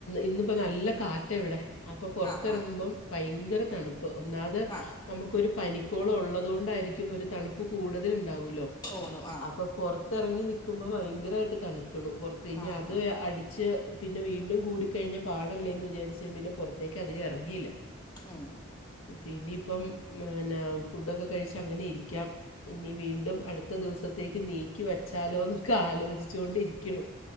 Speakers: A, on the left; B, on the left.
A: ഇന്ന് ഇപ്പം നല്ല കാറ്റ ഇവിടെ അപ്പം പൊറത്തെറങ്ങുമ്പം
B: ആ ഹാ
A: പൈങ്കര തണുപ്പ് ഒന്നാത്
B: ആ
A: നമുക്കൊരു പനിക്കോള ഒള്ളതു കൊണ്ടായിരിക്കും ഒരു തണുപ്പ് കൂടുതല് ഉണ്ടാവൊല്ലോ
B: തോന്നും ആ
A: അപ്പൊ പൊറത്തെറങ്ങി നിക്കുമ്പോ ഭയങ്കരായിട്ട് തണുക്ക്ണു പൊറത്ത് ഇനി
B: ആ
A: അത്
B: ഹാ
A: അടിച്ച് പിന്നെ വീണ്ടും കൂടി കഴിഞ്ഞാ പാടെല്ലെ ഇന്ന് വിചാരിച്ചാ പിന്നെ പൊറത്തേക്ക് അധികം എറങ്ങിയില്ല.
B: ഉം
A: പിന്നി ഇപ്പം എന്നന്നാ ഫുഡൊക്കെ കഴിച്ചാ അങ്ങനെ ഇരിക്കാം ഇനി വീണ്ടും അടുത്ത ദിവസത്തേക്ക് നീക്കി വച്ചാലോ ഇന്നൊക്കെ ആലോചിച്ചു കൊണ്ടിരിക്ക്ണു